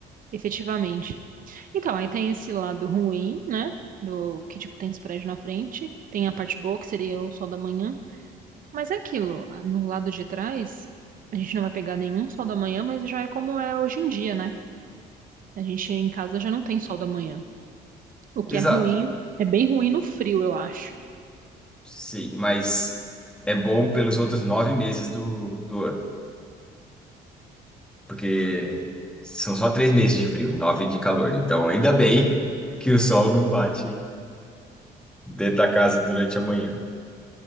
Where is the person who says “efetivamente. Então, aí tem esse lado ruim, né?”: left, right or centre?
Right